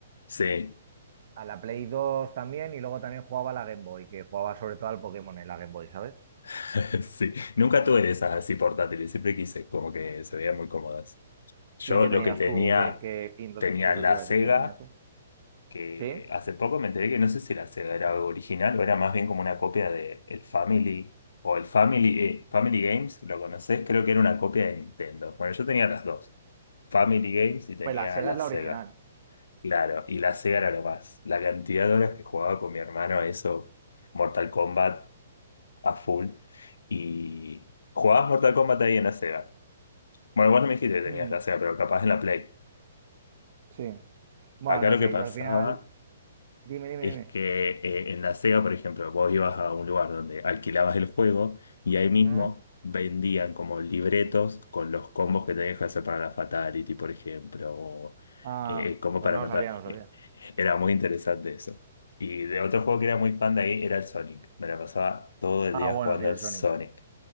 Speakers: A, on the left; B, on the right.
A: Sí,
B: a la Play 2 también y luego también jugaba a la Game Boy, que jugaba sobre todo al Pokémon en la Game Boy, ¿sabes?
A: <laughs> sí. Nunca tuve de esas así portátiles, siempre quise, como que se veían muy cómodas. Yo
B: ¿Y qué
A: lo
B: tenías
A: que tenía,
B: tú? ¿Qué, qué- y no-
A: tenía
B: Eso
A: la
B: te iba
A: Sega,
B: a decir, ¿qué tenías tú?
A: que
B: ¿Sí?
A: hace poco me enteré que no sé si la Sega era original o era más bien como una copia de el Family o el Family, eh, Family Games, ¿lo conocés? Creo que era una copia de Nintendo. Bueno, yo tenía las dos, Family Games y tenía
B: Pues la Sega
A: la
B: es la
A: Sega.
B: original.
A: Claro, y la Sega era lo más. La cantidad de horas que jugaba con mi hermano, a eso, Mortal Kombat a full. Y jugabas Mortal Kombat ahí en la Sega. Bueno, vos no me dijiste que tenías
B: Mm,
A: la Sega, pero capaz en la Play.
B: sí. Bueno,
A: Acá
B: no
A: lo
B: sé,
A: que pasaba
B: yo al final. Dime, dime,
A: es
B: dime.
A: que eh, en la Sega, por ejemplo, vos ibas a un lugar donde alquilabas el juego y ahí mismo
B: ¿Mm?
A: vendían como libretos con los combos que tenías que hacer para la Fatality, por ejemplo, o
B: Ah,
A: eh, eh, como
B: pues
A: para
B: no
A: matar.
B: lo sabía, no lo sabía.
A: Y era muy interesante eso. Y de otro juego que era muy fan de ahí era el Sonic. Me la pasaba todo el
B: Ah,
A: día
B: bueno,
A: jugando
B: sí, el
A: al Sonic.
B: Sonic.